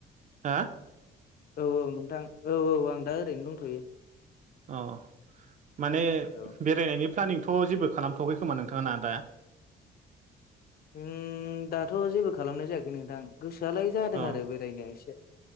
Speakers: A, on the right; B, on the left.
A: हो।
B: औ औ नोंथां औ औ आं दा ओरैनो दंथ'यो।
A: अ माने
B: औ
A: बेरायनायनि। प्लानिंथ' जेबो खालामथ'वाखै खोमा नोंथाङा ना दा?
B: उम दाथ' जेबो खालामनाय जायाखै नोंथां। गोसोआलाय जादों
A: औ
B: आरो बेरायनोआ एसे।